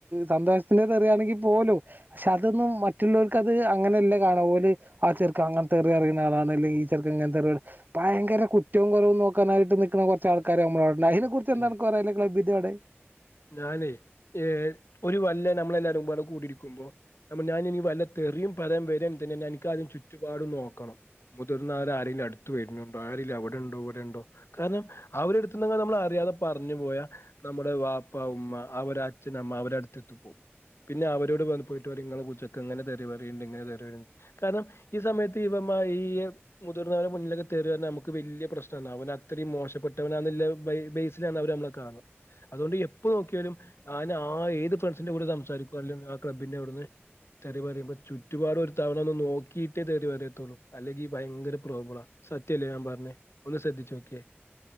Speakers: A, on the right; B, on the left.
A: സന്തോഷത്തിന്റെ തെറിയാണെങ്കി പോലും പക്ഷേ അതൊന്നും മറ്റ്ള്ളോല്ക്കത് അങ്ങനെയല്ല കാണാ ഓല് ആ ചെറ്ക്കൻ അങ്ങത്തെറി പറിണ ആളാണ് അല്ലെ ഈ ചെർക്കൻ ഇങ്ങത്തെറി ഭയങ്കര കുറ്റവും കൊറവും നോക്കാനായിട്ട് നിക്ക്ണെ കൊറച്ച് ആൾക്കാര് ഞമ്മളെ ഇവടെണ്ട് അയ്നെ
B: സത്യായിട്ടും
A: കുറിച്ചെന്താ അന്ക്ക് പറയാല്ലെ എടേ
B: ഞാനേ ഏഹ് ഒര് വല്ല ഞമ്മളെല്ലാരുപാടെ കൂടിരിക്കുമ്പോ <unintelligible> ഞാനിനി വല്ല തെറിം പറയാ വെരണ്ടേന് തന്നെ എനിക്കാദ്യം ചുറ്റുപാടും നോക്കണം മുതിർന്നോലാരെങ്കിലും അട്ത്ത് വെര്ണണ്ടോ ആരെലു അവടെണ്ടോ ഇവടെണ്ടോ കാരണം അവരട്ത്ത് എന്തെങ്കിലമ്മൾ അറിയാതെ പറഞ്ഞു പോയാ നമ്മുടെ വാപ്പ ഉമ്മ അവര് അച്ഛനമ്മ അവരടത്ത് എത്തി പോം പിന്നെ അവരോട് വന്ന് പോയിട്ടറയും ഇങ്ങളെ വീട്ട്ച്ചെക്കൻ ഇങ്ങനെ തെറിപറയുണ്ടിങ്ങനെ തെറി കാരണം ഈ സമയത്ത് ഇവമ ഈ മുതിർന്നവരെ മുന്നിലൊക്കെ തെറിപറഞ്ഞ നമുക്ക് വല്യ പ്രശ്നാന്ന് അവൻ അത്രയും മോശപ്പെട്ടവനാന്ന് ല്ല ബേ ബേസിലാണ് അവര് നമ്മളെ കാണ അത്കൊണ്ട് എപ്പ നോക്കിയാലും ഞാനാ ഏത്ഫ്രണ്ട്സിന്റെ കൂടെ സംസാരിക്കുവാണേലും ആ ക്ലബ്ബിന്റെ അവിട്ന്ന് തെറി പറയുമ്പ ചുറ്റുപാടും ഒരു തവണ ഒന്ന് നോക്കീട്ടെ തെറി പറയത്തുള്ളൂ അല്ലെങ്കി ഭയങ്കര പ്രോബ്ളാ സത്യല്ലേ ഞാൻ പറഞ്ഞെ ഒന്ന് ശ്രദ്ധിച്ചോക്കിയേ